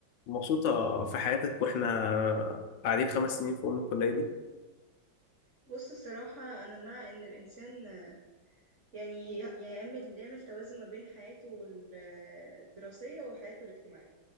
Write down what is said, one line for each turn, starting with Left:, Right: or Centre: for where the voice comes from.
Left: مبسوطة في حياتك واحنا قاعدين خمس سنين في أم الكلية دي
Right: بص الصراحة أنا مع إن الإنسان آه، يعني ي- يعمل يعمل توازن ما بين حياته ال- آه، الدراسية وحياته الاجتماعية